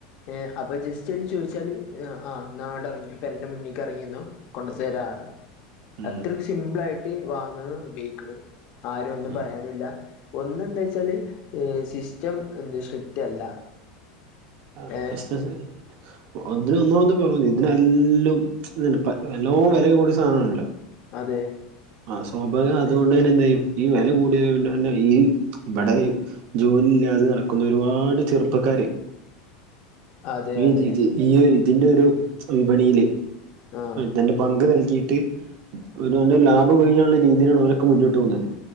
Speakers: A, on the left (about 45°); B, on the right (about 45°).
A: ഏ അപ്പൊ ജസ്റ്റ് ഒന്ന് ചോയ്ച്ചാല് <unintelligible> ആ ഇന്നട്ട്റങ്ങി പെരൻ ന്റെ മുന്ന്ക്ക് ഇറങ്ങിന്നോ കൊണ്ടു തരാറ്
B: ഉം
A: അത്രയും സിമ്പിൾ ആയിട്ട് വാങ്ങാനും ഉപയോഗിണ്‌ ആരും ഒന്നും
B: ഉം
A: പറയാനുല്ല ഒന്ന് എന്താ വെച്ചാല് സിസ്റ്റം എന്ത് സ്ട്രിക്റ്റ് അല്ല
B: ആ
A: ഏ
B: എസ്സ എസ്സ് <unintelligible> ഒന്നാമത് കുറവന്നീനി ഇതിനല്ലോം ഇതി പ നല്ലോണം വെലയൊക്കെ കൂടി സാനണല്ലോ
A: അതെ
B: ആ സ്വാഭാവികം അതുകൊണ്ട് തന്നെ എന്തയ്യും ഈ വെല കൂടിയത് <unintelligible> ഈ ഇവടെ ജോലില്ലാതെ നടക്കുന്ന ഒരുപാട് ചെറുപ്പക്കാര്
A: അതെ
B: മീ
A: അതെ
B: ജീ ജീ ഈയൊര് ഇതിന്റെ ഒരു വിപണിയില്
A: ആ
B: തന്റെ പങ്ക് നൽകിയിട്ട് ഓരോന്റെ ലാഭം കൊഴിഞോണ്ട രീതിയിലുള്ള ഓരോക്കെ മുന്ന്ട്ട് പോകുന്നത്